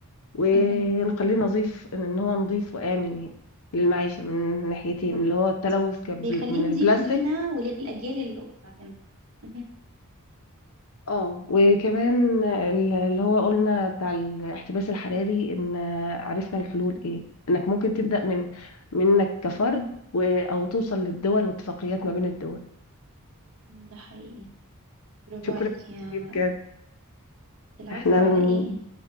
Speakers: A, on the left; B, on the right.
A: ونخليه
B: مهم.
A: نظيف إن هو نظيف وآمن يعني للمعيشة من ناحيتين
B: بالظبط.
A: اللي هو التلوث كب...
B: بيخليه
A: من
B: نضيف
A: البلاستيك
B: لينا وللاجيال اللي بعدنا مهم.
A: اه وكمان ال- اللي هو قلنا بتاع الاحتباس الحراري ان عرفنا الحلول ايه انك ممكن تبدأ من منك كفرد و... او توصل للدول واتفاقيات ما بين الدول
B: ده حقيقي برافو
A: شكرا
B: عليك يا
A: كتير بجد
B: العفو
A: احنا ن-
B: على ايه